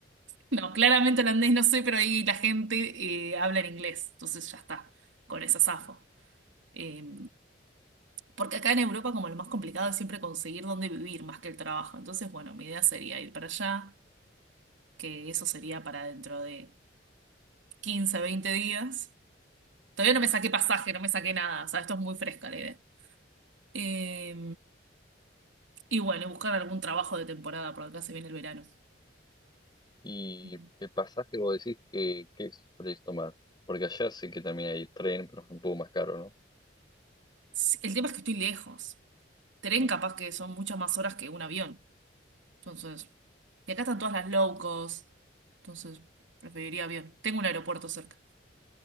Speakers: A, on the right (about 85°); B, on the left (about 25°).
A: No, claramente holandés no sé pero ahí la gente eh, habla en inglés, entonces ya está, con esa zafo. Eh, porque acá en Europa como lo más complicado es siempre conseguir dónde vivir más que el trabajo. Entonces, bueno, mi idea sería ir para allá, que eso sería para dentro de 15 20 días. Todavía no me saqué pasaje, no me saqué nada. O sea, esto es muy fresca la idea. Eh, y bueno, y buscar algún trabajo de temporada, porque acá se viene el verano.
B: ¿Y
A: Eh,
B: el pasaje vos decís que qué solés tomar? Porque allá sé que también hay tren, pero es un poco más caro, ¿no?
A: sí, el tema es que estoy lejos. Tren
B: Pero-
A: capaz que son muchas más horas que un avión. Entonces, y acá están todas las low cost. Entonces, preferiría avión. Tengo un aeropuerto cerca.